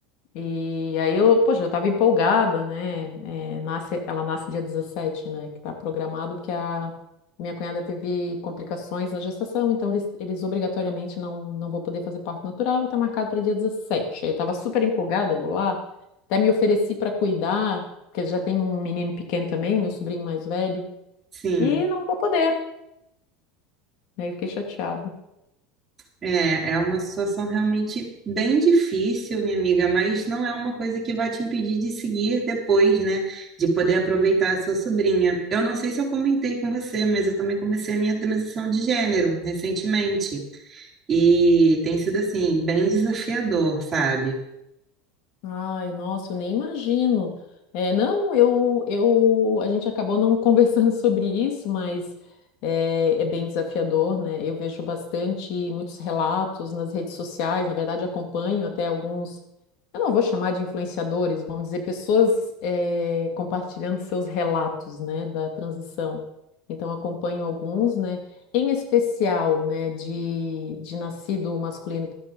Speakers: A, on the left (about 60°); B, on the right (about 20°).
A: E aí eu, poxa, eu estava empolgada, né? É, nasce, ela nasce dia 17, né? Que está programado, porque a minha cunhada teve complicações na gestação, então eles, eles obrigatoriamente não, não vão poder fazer parto natural e está marcado para dia 17. Aí eu estava super empolgada, eu vou lá, até me ofereci para cuidar, porque já tem um menino pequeno também, meu sobrinho mais velho,
B: Sim.
A: e não vou poder. Aí eu fiquei chateada.
B: É, é uma situação realmente bem difícil, minha amiga, mas não é uma coisa que vai te impedir de seguir depois, né? De poder aproveitar a sua sobrinha. Eu não sei se eu comentei com você, mas eu também comecei a minha transição de gênero recentemente. E tem sido, assim, bem desafiador, sabe?
A: Ai, nossa, eu nem imagino. É, não, eu, eu, a gente acabou não <laughs> conversando sobre isso, mas é, é bem desafiador, né? Eu vejo bastante, muitos relatos nas redes sociais, na verdade acompanho até alguns, eu não vou chamar de influenciadores, vamos dizer, pessoas é, compartilhando seus relatos, né, da transição. Então acompanho alguns, né, em especial, né, de, de nascido masculino